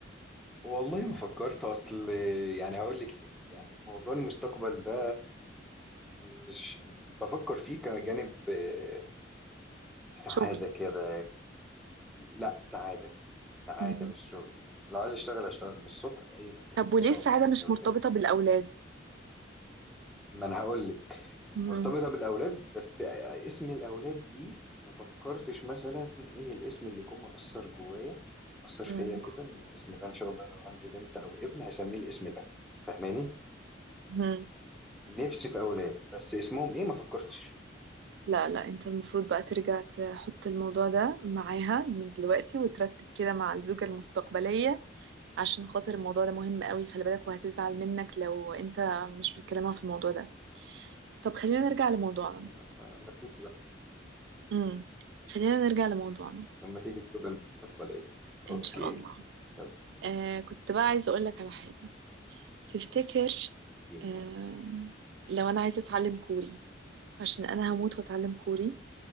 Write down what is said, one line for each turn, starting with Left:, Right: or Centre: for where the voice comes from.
Centre: والله ما فكرت اصل يعني هقول لك ليه يعني موضوع المستقبل ده مش بفكر فيه كجانب آه، سعادة
Right: شغل
Centre: كده لا سعادة سعادة
Right: مهم.
Centre: مش شغل لو عايز اشتغل اشتغل من الصبح في اي مكان
Right: طب
Centre: ان
Right: وليه
Centre: شاء
Right: السعادة
Centre: الله يعني
Right: مش
Centre: ربنا
Right: مرتبطة بالأولاد
Centre: ما انا هقول لك
Right: مهم.
Centre: مرتبطه بالاولاد بس اسم الاولاد دي ما فكرتش مثلا ايه الاسم اللي يكون مؤثر جوايا مؤثر فيا
Right: مهم.
Centre: كده ان الاسم ده ان شاء الله لو عندي بنت او ابن هسميه الاسم ده فاهماني
Right: مهم.
Centre: نفسي في اولاد بس اسمهم ايه ما فكرتش فيه
Right: لا لا أنت المفروض بقى ترجع تحط الموضوع ده معاها من دلوقتي وترتب كده مع الزوجة المستقبلية عشان خاطر الموضوع ده مهم قوي خلي بالك وهتزعل منك لو انت مش بتكلمها في الموضوع ده طب خلينا نرجع لموضوعنا
Centre: لما لما تيجي بقى
Right: امم خلينا نرجع لموضوعنا
Centre: لما تيجي الزوجه المستقبليه
Right: ان
Centre: اوكي
Right: شاء الله
Centre: طب
Right: آه كنت بقى عايزه اقول لك على حاجه تفتكر
Centre: ايه
Right: آه لو انا عايزه اتعلم كوري عشان انا هموت واتعلم كوري